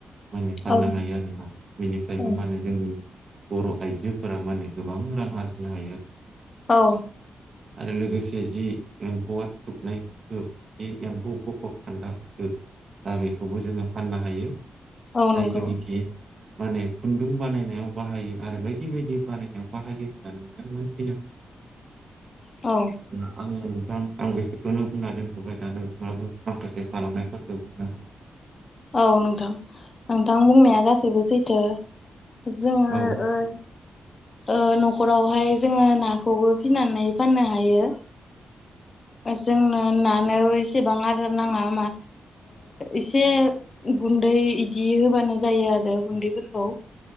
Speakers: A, on the right; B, on the left.
A: माने फाननो
B: औ
A: हायो आरो ना बेनिफ्रायबो
B: औ
A: मा होनो जोंनि बर' आइजोफोरा माने गोबां रां आरजिनो हायो आरो। नोंथां
B: औ
A: आरो लोगोसे जि एम्फौआ थुबनाय फिथोब जि एम्फौ बा गान्दा फिथोब दा बेखौबो जोंङो फाननो हायो।
B: औ
A: जायखौ
B: नंगौ
A: निखि माने खुन्दुं बानायनायाव बाहायो आरो बायदि बायदि बानायनायाव बाहायो होननानै जों मोनथिनो मोनो। <inaudible>
B: औ
A: आंङो नोंथां आं बेसेखौनो बुंना दोनथ'बाय दा नोंथांङाबो माखासे थालांनायफोरखौ बुंनो हागोन।
B: औ नोंथां नोंथां बुंनाया गासैबो सैथो जोंङो
A: औ
B: ओ ओ न'खरावहाय जोंङो नाखौबो फिनानै फाननो हायो। जोंनो नानो एसेबां आदार नांङामा एसे गुन्दै इदि होबानो जायो आरो गुन्दैफोरखौ।